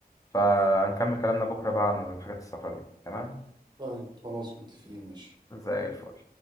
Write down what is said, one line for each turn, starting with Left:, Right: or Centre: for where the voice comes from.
Left: فهنكمل كلامنا بكرة بقى عن حاجات السفر دي تمام
Right: طيب خلاص متفقين ماشي
Left: زي الفل